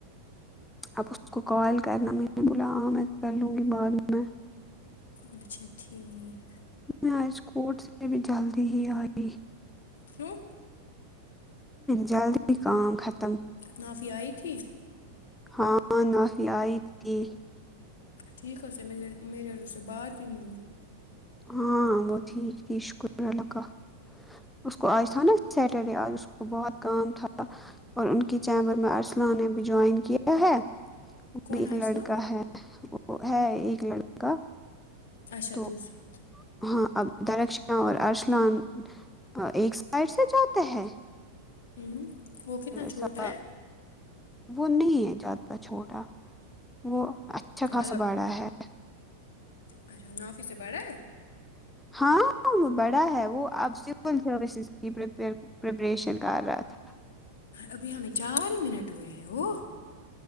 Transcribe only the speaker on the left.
اچھا ٹھیک
کیوں
نعافی آئی تھی
ٹھیک ہےاس نے میرے میرے اسے بات ہی نہیں ہوئی
کون
ہے
اسلم
اچھا
دوسرا
ہوں وہ کتنا چھوٹا
ہے
مطلب
اچھا نعافی سے بڑا ہے
ابھی ہمیں چار ہی منٹ ہوئے ہیں وہ